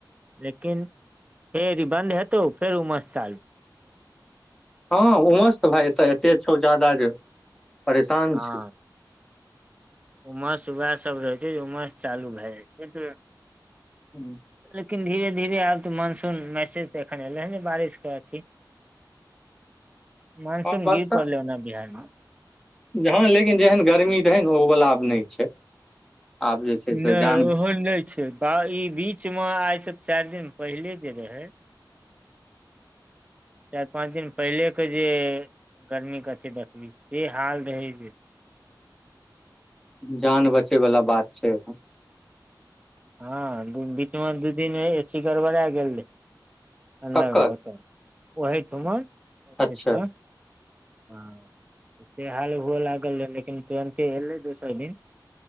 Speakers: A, on the right; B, in the centre.
A: लेकिन फेर ई बन्द हेतौ फेर उम्हर मस चालू
B: हँ उमस तऽ भाय एतऽ एते छौ जदाा जे परेशान
A: हँ
B: छी
A: उमस उएह सभ रहै छै जे उमस चालू भए जाइ छै
B: ह।
A: लेकिन धीरे धीरे आब तऽ मानसूनसे तऽ एखन एले हन जे बारिश के अथि मनसून
B: बर्षा
A: गीर परले ओ ने बिहारमे
B: हँ लेकिन जेहन गर्मी रहै ने ओ वला आब नहि छै। आब जे छै से
A: नहि
B: जान
A: ओहो नहि छै ई बीच मे आइ से चारि दिन पहिले जे रहे
B: <inaudible>
A: चारि पाँच दिन पहिले के जे गर्मी कथी देखबी से हाल रहै जे
B: जान बचे वाला बात छै
A: ह बीच मे दू दिन ह ची गड़बड़ा गेल रहै अन्दरमे
B: ककर
A: ओत ओहिठमर ऑफिसके
B: अच्छा
A: हँ स हाल हुअ लागल रहै लेकिन तुरन्ते एलै दोसर दिन